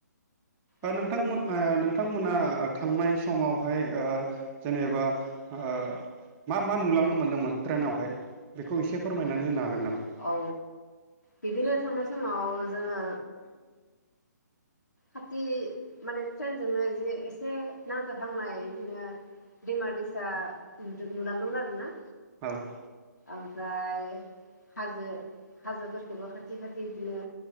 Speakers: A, on the right; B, on the left.
A: दा
B: औ
A: नोंथांमो ओ नोंथांमोना थांनाय समावहाय ओ जेनेबा ओ मा मा नुलांनो मोन्दोंमोन ट्रेनावहाय बेखौ एसे फोरमायनानै होनो हागोन नामा?
B: औ बिदिनो थांनाय समाव जोङो खाथि माने ट्रेनजोंनो जे एसे नांजोबहांनाय बिदिनो दैमा दैसा नुदों नुलांदोमोन आरो ना।
A: औ।
B: ओमफ्राय हाजो हाजोफोरखौबो खाथि खाथि बिदिनो